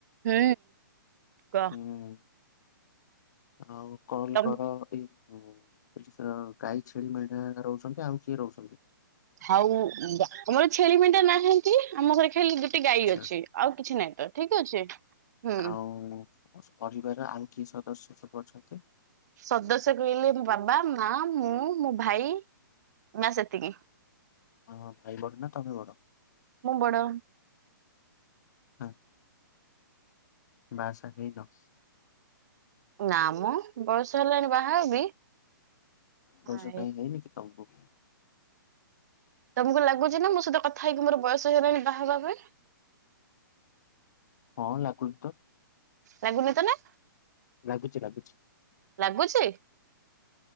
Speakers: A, on the right (about 50°); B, on the left (about 55°).
A: ହୁଁ। କ
B: ହୁଁ ଆଉ କଲ
A: ତମ
B: କର ଏଇ ଓ କହିଲି ସେ ଗାଈ ଛେଳି ମେଣ୍ଢା ରହୁଚନ୍ତି ଆଉ କିିଏ ରହୁଚନ୍ତି?
A: ଆଉ ଆମର ଛେଳି ମେଣ୍ଢା ନାହାନ୍ତି ଆମ ଘରେ ଖା ଟେ ଗାଈ
B: ଆଚ୍ଛା
A: ଅଛି ଆଉ କିଛି ନହିଁ ତ ଠିକ ଅଛି ହୁଁ।
B: ଆଉ ପରିବାରର ଆଉ କିିଏ ସଦସ୍ୟ ସବୁ ଅଛନ୍ତି?
A: ସଦସ୍ୟ କହିଲେ ମୋ ବାବା ମା ମୁଁ ମୋ ଭାଇ ମା ସେତିକି।
B: ଓହୋ, ଭାଇ ବଡ ନା ତମେ ବଡ?
A: ମୁଁ ବଡ଼।
B: ହଁ, ବାହା ସାହା ହେଇନ?
A: ନା ମ ବୟସ ହେଲାଣି ବାହା ହେବି?
B: ବୟସ
A: ହାଏ।
B: କାହିଁ ହେଇଁନି କି ତମକୁ?
A: ତମକୁ ଲାଗୁଚି ନା ମୋ ସହିତ କଥା ହେଇକି ମୋର ବୟସ ହେଇଗଲାଣି ବାହା ହେବା ପାଇଁ?
B: ହଁ ଲାଗୁନି ତ।
A: ଲାଗୁନି ତ ନା?
B: ଲାଗୁଚି ଲାଗୁଚି।
A: ଲାଗୁଚି?